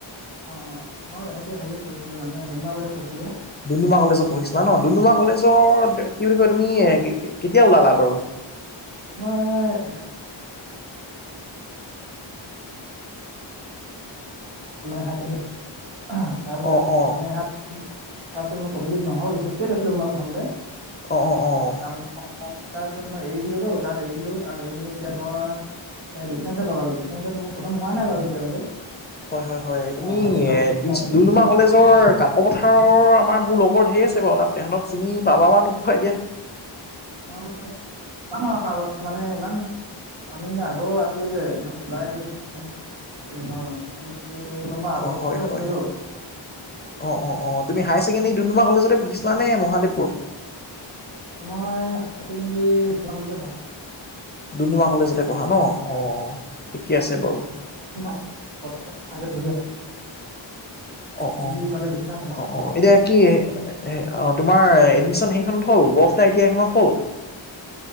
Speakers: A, on the right (about 70°); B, on the left (about 20°).
A: অ', অ', মই এনেকে হেৰিয়ত পঢ়িছিলো মানে দুোনমাৰলৈ লগত পঢ়িছিলো।
B: ডুমডুমা কলেজত পঢ়িছিলা ন ডুমডুমা কলেজৰ কি বুলি কয় তুমি এ কেতিয়া ওলালা বাৰু?
A: তোমাৰ মানে হেডী তাৰপিছত
B: অ অ
A: মানে হাত তাৰপিছ মোৰ কম্লিট নহ'ল হিষ্ট্ৰী লৈছিলোঁ মই প্ৰথতে
B: অ', অ', অ'
A: তাৰমানে তাৰপিছত মই এৰি দিলো তাত এৰি দিলো তাত এৰি পিনি এতিয়া মই এই ডিচটেন্সত লগালো ডিচটেন্সত মোৰ খটম হোৱাই নাই বাৰু এতিয়ালৈকে
B: হয়, হয়, হয় তুমি
A: আৰু দুটা
B: এ
A: চেমিষ্টাৰ
B: তি
A: আছে
B: দুম দুমা কলেজৰ কাক পথাৰৰ আমাৰ মোৰ লগৰ ঢেৰ আছে বাৰু তাত তেহঁতক চিনি পাবা বা নোপোৱা এতিয়া।
A: অ', <unintelligible> মানে ইমান আমি মানে আগৰ আছিলো যে মানে ওলাই আহিলো ধুকি নাপাওঁ মানে এইটো অলপমান আগত
B: অ হয়
A: হৈছিলোটো
B: হয় অ', অ', তুমি হায়ৰ ছেকেণ্ডাৰী দুুম দুমা কলেজতে পঢ়িছিলাে নে মহাদেৱপুৰ?
A: মই হাইাৰ চেকেণ্ডেৰী <unintelligible> কলেজতে পঢ়া।
B: দুম দুমা কলেজতে পঢ়া ন অ', ঠিকে আছে বাৰু
A: <unintelligible> পঢ়ি আছ?
B: অ অ
A: ইফালে দেখিছা কমাৰ্চ
B: অ
A: কলেজ
B: অ এতিয়া
A: খন।
B: কি অ, ' তোমাৰ এডমিশন সেইখনত হ'ল গল্ফ টি আই টি আই খনত হ'ল?